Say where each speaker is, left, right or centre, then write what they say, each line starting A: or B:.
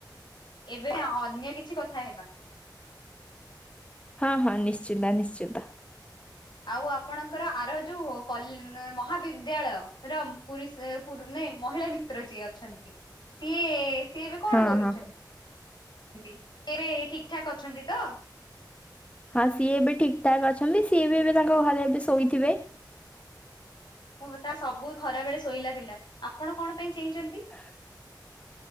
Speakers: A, on the left; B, on the left.
A: ଏବେ ଅନ୍ୟ କିଛି କଥା ହେବା।
B: ହଁ ହଁ ନିଶ୍ଚିନ୍ତ ନିଶ୍ଚିନ୍ତ।
A: ଆଉ ଆପଣଙ୍କର ଆର ଯୋଉ କଲେ ମହାବିଦ୍ୟାଳୟ ର <unintelligible> ମହିଳାମି ତ୍ର ଯିଏ ଅଛନ୍ତି ସିଏ ସି ଏବେ କଣ
B: ହଁ
A: କରୁଛ
B: ହଁ
A: ନ୍ତି, ସିଏ ଏବେ ଠିକ୍ ଠାକ୍ ଅଛନ୍ତି ତ?
B: ହଁ, ସିଏ ଏବେ ଠିକ୍ ଠାକ୍ ଅଛନ୍ତି। ସିଏ ବି ଏବେ ତାଙ୍କ ଘରେ ଏବେ ଶୋଇଥିବେ।
A: ଓହୋ! ତା ସବୁ ଖରା ବେଳେ ଶୋଇଲା ପିଲା, ଆପଣ କଣ ପାଇଁ ଚେଇଁଚନ୍ତି?
B: <unintelligible>